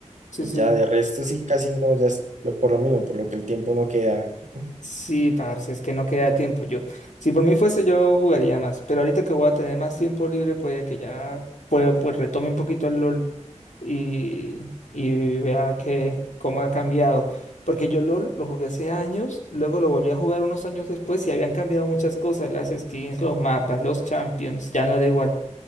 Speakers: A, on the left; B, on the right.
A: Sí,
B: Y
A: sí.
B: ya de resto sí, casi no, ya es lo- por lo mismo, por lo que el tiempo no queda. Ujú.
A: Sí, parce, es que no queda tiempo. Yo, si por mí fuese, yo jugaría más. Pero ahorita que voy a tener más tiempo libre, puede que ya puedo, pues retome un poquito el LOL. y, y vea que, cómo ha cambiado. Porque yo LOL lo jugué hace años, luego lo volví a jugar unos años después y habían cambiado muchas cosas, las skins, los mapas, los champions, ya no era igual.